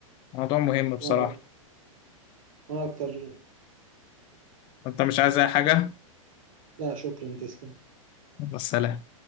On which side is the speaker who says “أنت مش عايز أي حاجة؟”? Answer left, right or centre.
Left